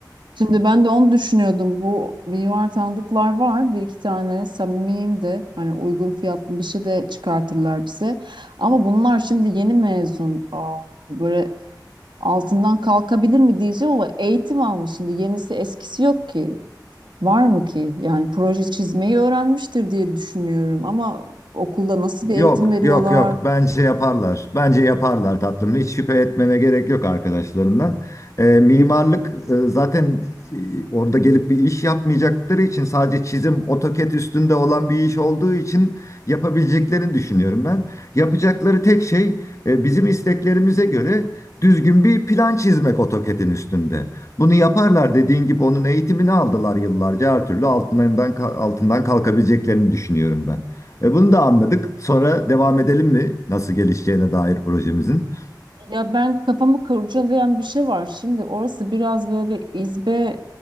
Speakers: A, on the right; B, on the left.
A: şimdi ben de onu düşünüyordum. Bu mimar tanıdıklar var. Bir iki tane samimiyim de hani uygun fiyatlı bir şey de çıkartırlar bize. Ama bunlar şimdi yeni mezun. Aa, böyle altından kalkabilir mi diyeceğim ama eğitim almış şimdi. Yenisi eskisi yok ki. Var mı ki? Yani proje çizmeyi öğrenmiştir diye düşünüyorum ama okulda nasıl bir
B: Yok,
A: eğitim veriyorlar?
B: yok, yok. Bence yaparlar. Bence yaparlar tatlım. Hiç şüphe etmene gerek yok arkadaşlarından. Ee, mimarlık e, zaten e, orada gelip bir iş yapmayacakları için sadece çizim, AutoCAD üstünde olan bir iş olduğu için yapabileceklerini düşünüyorum ben. Yapacakları tek şey e, bizim isteklerimize göre düzgün bir plan çizmek AutoCAD'in üstünde. Bunu yaparlar dediğin gibi onun eğitimini aldılar yıllarca. Her türlü altından altından kalkabileceklerini düşünüyorum ben. E bunu da anladık. Sonra devam edelim mi nasıl gelişeceğine dair projemizin?
A: Ya ben kafamı kurcalayan bir şey var. Şimdi orası biraz böyle izbe